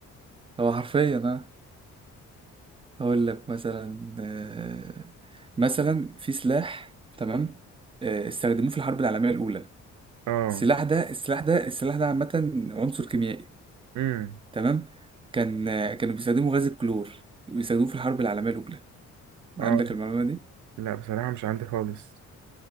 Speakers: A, on the right; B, on the right.
A: هو حرفيا اه هقول لك مثلا آه، مثلا في سلاح تمام آه، استخدموه في الحرب العالميه الاولى
B: <laughs> اه
A: السلاح ده السلاح ده السلاح ده عامه عنصر كيميائي
B: امم
A: تمام كان آه، كانوا بيستخدموا غاز الكلور بيستخدموه في الحرب العالميه الاولى
B: اه
A: عندك المعلومه دي
B: لا بصراحة مش عندي خالص